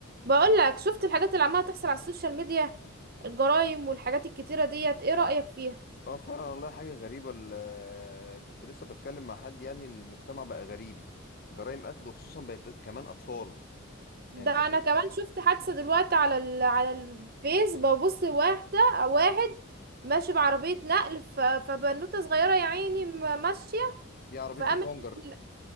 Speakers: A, on the right; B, on the left.
A: بقول لك شفت الحاجات اللي عماله تحصل على السوشيال ميديا الجرائم والحاجات الكتيره ديت ايه رأيك فيها
B: اه فعلا والله حاجة غريبة ال- كنت لسه بتكلم مع حد يعني المجتمع بقى غريب جرائم قتل وخصوصا بقت كمان أطفال
A: ده
B: يعني بقوا
A: انا كمان شفت حادثه دلوقتي على ال... على الفيس ببص واحده واحد ماشي بعربيه نقل ف... فبنوته صغيره يا عيني م- ماشيه
B: دي عربية
A: فقامت
B: البنجر
A: ال-